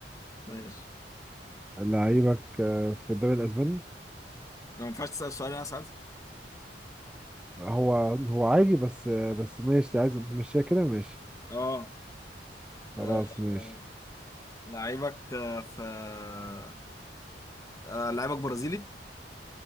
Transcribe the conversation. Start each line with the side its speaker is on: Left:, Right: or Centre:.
Left: ماشي
Centre: لعيبك آه، في الدوري الاسباني
Left: ما ينفعش تسال سؤال انا اسال
Centre: هو هو عادي بس آه، بس ماشي عايز تمشيها كده ماشي
Left: اه
Centre: خلاص
Left: آه،
Centre: ماشي
Left: آه، لعيبك آه، في آه، آه، لعيبك برازيلي